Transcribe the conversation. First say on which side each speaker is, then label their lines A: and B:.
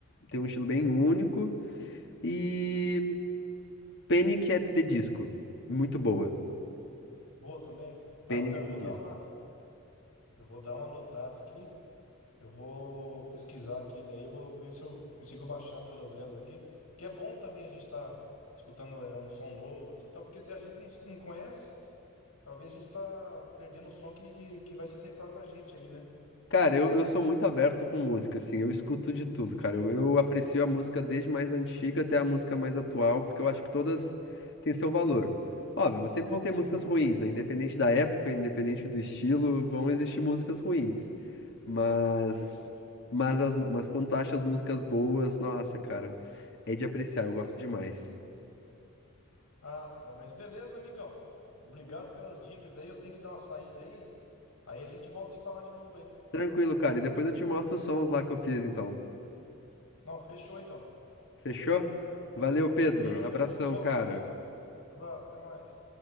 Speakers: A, on the left; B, on the left.
A: tem um estilo bem único. E Panic! at the Disco, muito boa.
B: Boa também. Ah,
A: Panic!
B: então
A: at
B: eu vou
A: the Disco.
B: dar uma, eu vou dar uma anotada aqui. Eu vou pesquisar aqui, daí eu vou ver se eu consigo baixar todas elas aqui. Que é bom também a gente estar escutando é, um som novo, assim, tal, porque a gente não, não conhece. Talvez a gente tá perdendo o som que, que, que vai se adequar com a gente aí, né?
A: Cara, eu, eu sou muito aberto com música, assim, eu escuto de tudo, cara. Eu, eu aprecio a música desde mais antiga até a música mais atual, porque eu acho que todas têm seu valor. Óbvio, sempre vão ter
B: Sim,
A: músicas ruins, né? Independente da época, independente do estilo, vão existir músicas ruins. Mas,
B: verdade.
A: mas, as, mas quando tu acha as músicas boas, nossa, cara, é de apreciar, eu gosto demais.
B: Ah, tá. Mas beleza, amigão. Obrigado pelas dicas aí. Eu tenho que dar uma saída aí. Aí a gente volta a se falar de novo aí.
A: Tranquilo, cara, e depois eu te mostro os sons lá que eu fiz, então.
B: Não, fechou então.
A: Fechou? Valeu, Pedro.
B: Fechou, amigão.
A: Abração,
B: Tudo de bom.
A: cara.
B: Valeu. Abraço, até mais.